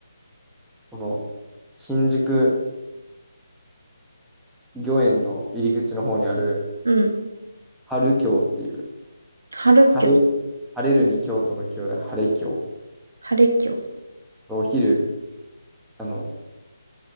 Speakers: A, in the centre; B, on the right (about 70°).
A: この、新宿御苑の入り口の方にある、
B: うん。
A: 春京っていう、
B: 春キョ、
A: 晴れ、晴れるに京都の京で晴れ京。
B: 晴れキョ。
A: お昼、あの、